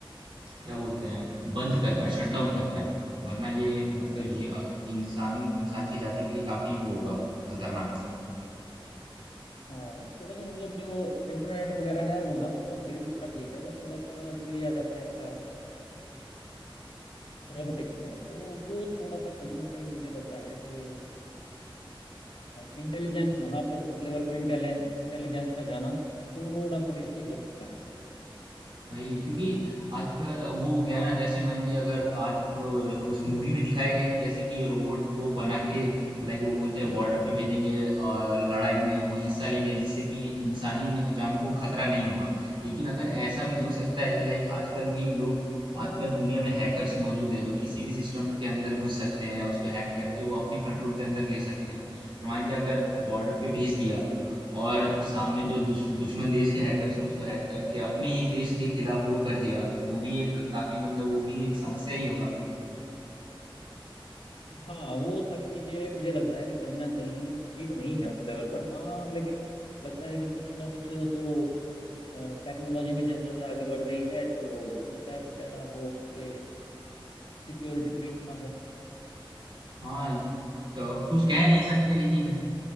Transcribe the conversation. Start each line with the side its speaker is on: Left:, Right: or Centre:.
Right: क्या बोलते हैं बंद कर पाए शट डाउन कर पाए वरना ये मतलब
Left: बिल्कुल
Right: हि- अ, इंसान इंसान की जाति के लिए काफी वो होगा खतरनाक
Left: हाँ थोड़ा सा मतलब जो इंटरनेट वगैरह है वहां तक तो फिर भी थोड़ा ठीक है बट थोड़ा सा जो ये आ जाता है आपका रोबोटिक्स में तो वो थोड़ा सा कहीं ना कहीं मुझे लगता है कि इंटेलिजेंस वहां पर उस लेवल पर इंटेलिजेंस का जाना थोड़ा सा रिस्की हो सकता है
Right: वही क्योंकि आजकल वो हो गया ना जैसे मान लीजिए अगर आज वो उस मूवी में दिखाया गया है कि जैसे कि रोबोट को बना के लाइक वो बोलते हैं बॉर्डर पे भेजेंगे और लड़ाई में वो हिस्सा लेंगे जिससे कि इंसानी जान को खतरा नहीं होगा लेकिन अगर ऐसा
Left: हम्म
Right: भी तो हो सकता है कि लाइक आजकल भी लोग आजकल दुनिया में हैकर्स मौजूद है जो किसी भी सिस्टम के अंदर घुस सकते हैं या उसको हैक करके वो अपने कंट्रोल के अंदर ले सकते हैं तो मान लीजिए अगर बॉर्डर पे भेज दिया और सामने
Left: हम्म
Right: जो
Left: हम्म,
Right: दुश,
Left: हम्म।
Right: दुश्मन देश के हैकर्स ने उसको हैक करके अपने ही देश के खिलाफ वो कर दिया तो वो भी एक काफी मतलब वो भी एक समस्या ही होगा
Left: हाँ वो सारी चीजें मुझे लगता है कि कहीं ना कहीं ठीक नहीं है उस लेवल पर हाँ लेकिन लगता है कि कुछ ना कुछ तो टेक्नोलॉजी में जैसे जैसे आगे बढ़ रही है तो हो सकता है कुछ ऐसा हो कि सिक्योरिटी ब्रीच ना हो
Right: हाँ क- कुछ कह नहीं सकते लेकिन